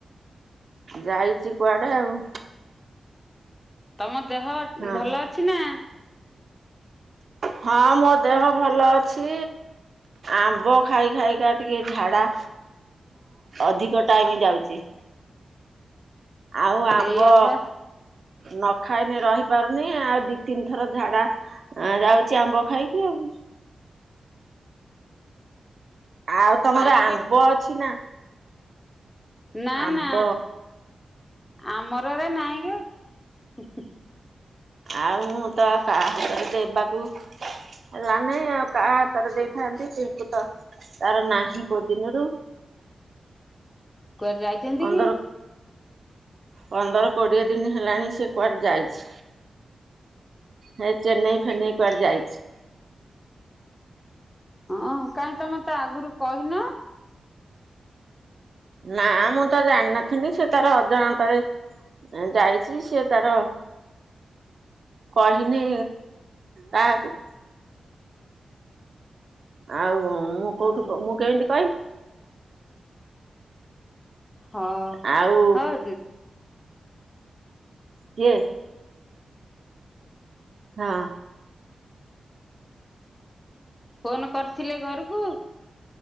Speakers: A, on the right; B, on the left.
A: ଯାଇଛି କୁଆଡେ ଆଉ।
B: ତମ ଦେହ
A: ହଁ
B: ଭଲ ଅଛି ନା? ହ <inaudible>
A: ହଁ ମୋ ଦେହ ଭଲ ଅଛି। ଆମ୍ବ ଖାଇ ଖାଇକା ଟିକେ ଝାଡା ଅଧିକ ଟାଇମିଂ ଯାଉଛି। ଆଉ ଆମ୍ବ
B: ସେଇଆପା
A: ନ ଖାଇନ ରହି ପାରୁନି ଆଉ ଦି ତିନି ଥର ଝାଡା। ଆ ଯାଉଛି ଆମ୍ବ ଖାଇଖି ଆଉ। ଆଉ ତମର
B: ପାଣିରେ
A: ଆମ୍ବ ଅଛି ନା?
B: ନା
A: ଆମ୍ବ
B: ନା ଆମର ଏରା ନାହିଁ ଗୋ।
A: ଆଉ ମୁଁ ତ କାହା ହାତରେ ଦେବାକୁ ହେଲା ନାଇଁ ଆଉ କାହା ହାତରେ ଦେଇଥାନ୍ତି ପିଙ୍କୁ ତ ତାର ନାହିଁ କୋଉ ଦିନରୁ।
B: କୁଆରେ ଯାଇଛନ୍ତି
A: ପନ୍ଦର
B: କି?
A: ପନ୍ଦର କୋଡ଼ିଏ ଦିନି ହେଲାଣି ସେ କୁଆଡ଼େ ଯାଇଛି। ହେ ଚେନ୍ନାଇ ଫେନେଇ କୁଆଡେ ଯାଇଛି।
B: ହଁ କାଇଁ ତମେ ତ ଆଗରୁ କହିନ?
A: ନା ମୁଁ ତ ଜାଣିନଥିଲି ସେ ତାର ଅଜାଣତାରେ ଯାଇଛି ସିଏ ତାର କହିନି କାହାକୁ। ଆଉ ମୁଁ କୋଉଠୁ
B: ଓହୋ
A: ମୁଁ କେମିତି କହିବି।
B: ହଉ
A: ଆଉ
B: ହଉ
A: କିଏ? ହଁ।
B: ଫୋନ କରିଥିଲେ ଘରକୁ?